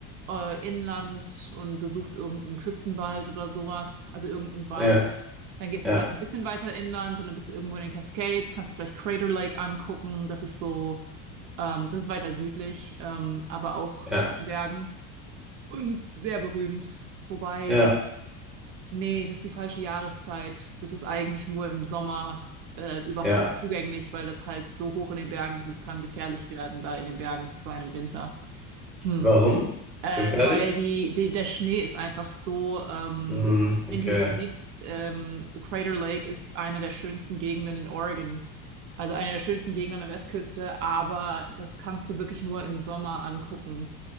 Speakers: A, on the right; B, in the centre.
A: äh, Inland und besuchst irgendeinen Küstenwald oder sowas, also irgendeinen Wald.
B: ja,
A: Dann gehst
B: ja,
A: du vielleicht ein bisschen weiter inland und dann bist du irgendwo in den Cascades, kannst du vielleicht Crater Lake angucken. Das ist so, ähm, das ist weiter südlich, ähm, aber auch
B: ja,
A: in den Bergen und sehr berühmt. Wobei,
B: ja,
A: nee, das ist die falsche Jahreszeit. Das ist eigentlich nur im Sommer äh, überhaupt
B: ja.
A: zugänglich, weil das halt so hoch in den Bergen ist. Es kann gefährlich werden, da in den Bergen zu sein im Winter. Hm.
B: Warum?
A: Äh,
B: Gefährlich?
A: weil die, die, der Schnee ist einfach so ähm,
B: Mhm, okay.
A: intensiv. Ähm, Crater Lake ist eine der schönsten Gegenden in Oregon, also eine der schönsten Gegenden an der Westküste, aber das kannst du wirklich nur im Sommer angucken.